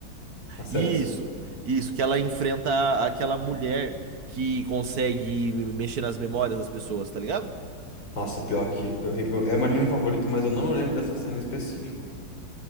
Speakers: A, on the left; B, on the right.
A: Na Ceras.
B: Isso, isso, que ela enfrenta aquela mulher que consegue mexer nas memórias das pessoas, tá ligado?
A: Nossa, pior que. eu- eu- eu- é meu anime favorito, mas eu não lembro dessa cena em específico.